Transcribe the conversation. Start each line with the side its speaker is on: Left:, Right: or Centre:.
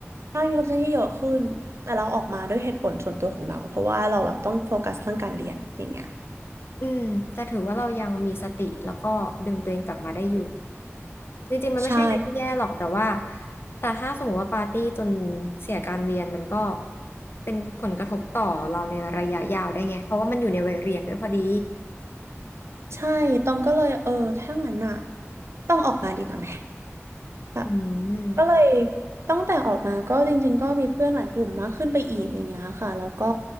Right: ได้มีความสนที่เยอะขึ้นแต่เราออกมาด้วยเหตุผลส่วนตัวของเราเพราะว่าเราแบบต้องโฟกัสเรื่องการเรียนอย่างเงี้ย
Left: อืม แต่ถือว่าเรายังมีสติแล้วก็ดึงตัวเองกลับมาได้อยู่ จริงๆมันไม่ใช่อะไรที่แย่หรอกแต่ว่า
Right: ใช่
Left: แต่ถ้าสมมติว่าปาร์ตี้จนเสียการเรียนมันก็เป็นผลกระทบต่อเราในระยะยาวได้ไงเพราะว่ามันอยู่ในวัยเรียนด้วยพอดี
Right: ใช่ตองก็เลยเออถ้างั้นอะต้องออกมาดีกว่าไหมแบบ
Left: อืม
Right: ก็เลยตั้งแต่ออกมาก็จริงๆก็มีเพื่อนหลายกลุ่มมากขึ้นไปอีกอย่างเงี้ยค่ะแล้วก็